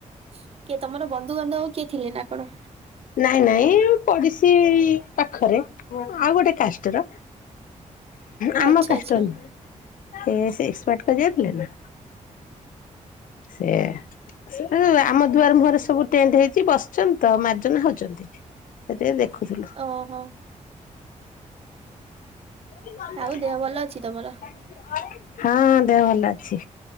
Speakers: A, on the right; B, on the left.
A: କିଏ ତମର ବନ୍ଧୁବାନ୍ଧବ କିଏ ଥିଲେନା କଣ?
B: ନାଇଁ ନାଇଁ ପଡ଼ିଶୀ ପାଖରେ ଆଉ ଗୋଟେ କାଷ୍ଟର ଆମ
A: ଆଚ୍ଛା
B: କାଷ୍ଟର
A: ଆଚ୍ଛା
B: ନୁହଁ ଏ ସେଏକ୍ସପାର୍ଟ କରି ଯାଇଥିଲେନା ସେ ଉଁ ଆମ ଦୁଆର ମୁହଁରେ ସବୁ ଟେଣ୍ଟ ହେଇଚି ବସିଚନ୍ ତ ମାର୍ଜନା ହୋଉଚନ୍ତି ସେଇଟି ଟିକେ ଦେଖୁଥିଲୁ।
A: ଓହୋ।
B: <unintelligible>
A: ଆଉ ଦେହ ଭଲ ଅଛି ତମର?
B: ହଁ ଦେହ ଭଲ ଅଛି